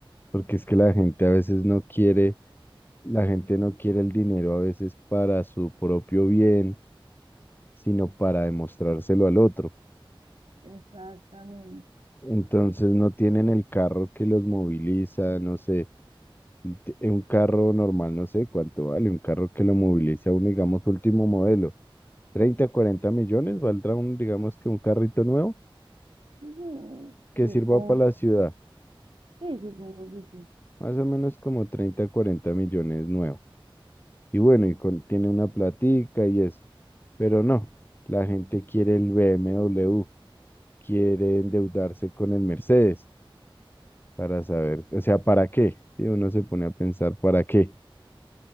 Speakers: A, on the left; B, on the right.
A: porque es que la gente a veces no quiere, la gente no quiere el dinero a veces para su propio bien sino para demostrárselo al otro.
B: Exactamente.
A: Entonces no tienen el carro que los moviliza, no sé, un t- un carro normal, no sé cuánto vale, un carro que lo moviliza un, digamos, último modelo, 30, 40 millones, valdrá un, digamos que un carrito nuevo
B: Ujú,
A: que
B: Supongo.
A: sirva para la ciudad,
B: Sí, supongo que sí.
A: más o menos como 30, 40 millones nuevo. Y bueno, y con- tiene una platica y eso, pero no, la gente quiere el BMW, quiere endeudarse con el Mercedes. para saber, o sea, ¿para qué? Sí, uno se pone a pensar para qué.